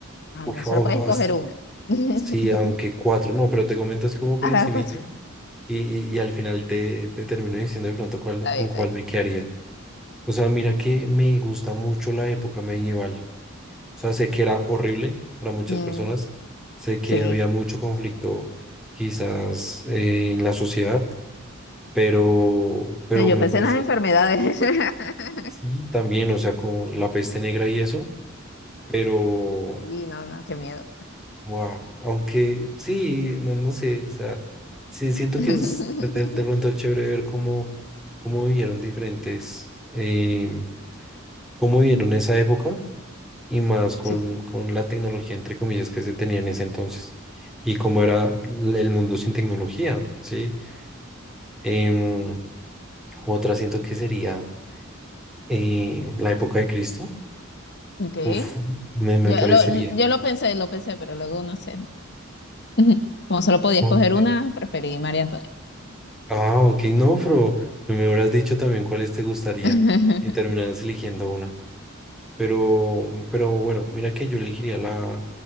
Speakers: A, on the left; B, in the centre.
A: Ay,
B: Uf,
A: no solo
B: wow,
A: puedes escoger
B: hasta-
A: una. <laughs>
B: sí, aunque cuatro, no, pero te comento así como por
A: Ahora
B: encimita
A: los cuatro.
B: y, y- y al final te, te termino diciendo de pronto cuál,
A: Está
B: con
A: bien, está
B: cuál
A: bien.
B: me quedaría. O sea, mira que me gusta mucho la época medieval. O sea, sé que era horrible para muchas
A: Mm,
B: personas, sé que
A: sí.
B: había mucho conflicto quizás eh, en la sociedad pero, pero
A: No, yo
B: me
A: pensé
B: parece,
A: en las enfermedades. <laughs>
B: sí, también, o sea, con la peste negra y eso, pero,
A: Sí, no, no, qué miedo.
B: wow, aunque sí, no, no sé, o sea, sí, siento
A: <laughs>
B: que es de, de pronto es chévere ver cómo, cómo vivieron diferentes, eh, cómo vivieron esa época y más con,
A: Sí.
B: con la tecnología, entre comillas, que se tenía en ese entonces. Y cómo era l- el mundo sin tecnología, ¿sí? Em, otra siento que sería eh, la época de Cristo
A: Ok.
B: Uf, me, me
A: Yo
B: parecería.
A: lo, yo lo pensé, lo pensé, pero luego no sé. <laughs> Como solo podía
B: Ok.
A: escoger una, preferí María Antonia.
B: Ah, ok, no, pero me hubieras dicho también cuáles te gustaría
A: <laughs>
B: y terminaras eligiendo una. Pero, pero bueno, mira que yo elegiría la,